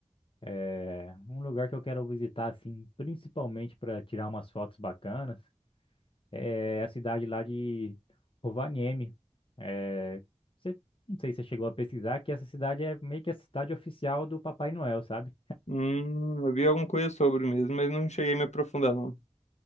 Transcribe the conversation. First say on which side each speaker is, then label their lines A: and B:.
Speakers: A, on the left; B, on the left.
A: É um lugar que eu quero visitar, assim, principalmente para tirar umas fotos bacanas. É a cidade lá de Rovaniemi. É, você, não sei se você chegou a pesquisar, que essa cidade é meio que a cidade oficial do Papai Noel, sabe?
B: Hum, eu vi alguma coisa sobre mesmo, mas não cheguei a me aprofundar, não.